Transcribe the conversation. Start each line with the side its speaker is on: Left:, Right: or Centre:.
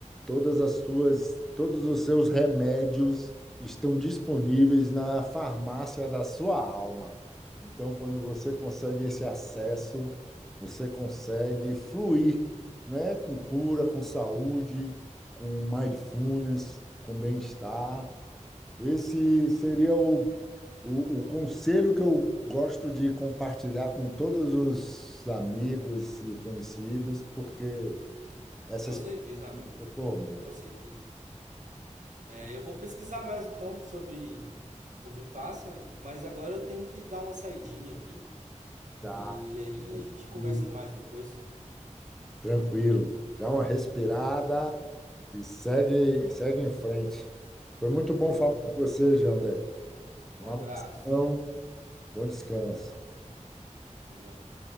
Centre: Todas as suas, todos os seus remédios estão disponíveis na farmácia da sua alma. Então, quando você consegue esse acesso, você consegue fluir, né? Com cura, com saúde, com mindfulness, com bem-estar. Esse seria o, o, o conselho que eu gosto de compartilhar com todos os amigos e conhecidos, porque essas
Right: Com certeza, amigo.
Centre: eu tomo,
Right: Com certeza. É, eu vou pesquisar mais então sobre o Vipassana, mas agora eu tenho que dar uma saidinha aqui
Centre: tá
Right: e aí a gente conversa
Centre: muito
Right: mais depois.
Centre: tranquilo. Dá uma respirada e segue, segue em frente. Foi muito bom
Right: Falou,
Centre: falar com você, Jandé.
Right: um
Centre: Um
Right: abraço.
Centre: abração, bom descanso.
Right: Falou, obrigado.